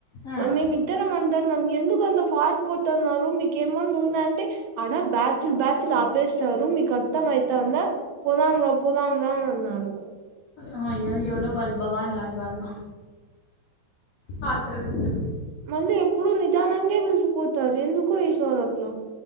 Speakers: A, on the left; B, on the right.
A: హ్మ్.
B: మేమి ఇద్దరం అంటన్నాం ఎందుకు అంత ఫాస్ట్ పోతన్నారు మీకెమన్న ఉంద అంటె ఆడ బ్యాచ్లు బ్యాచ్లు ఆపేస్తారు మీకు అర్థమయితాంద పోదాం ఒ పోదాం రా అనన్నారు
A: ఆ అయ్యో ఎవరో వాళ్ళ భవాన్ లాంటి వాళ్ళు పాత్ర గత్తెలు
B: మళ్ళీ ఎప్పుడు నిదానంగె పిల్చకపోతారు ఎందుకో ఈసారట్ల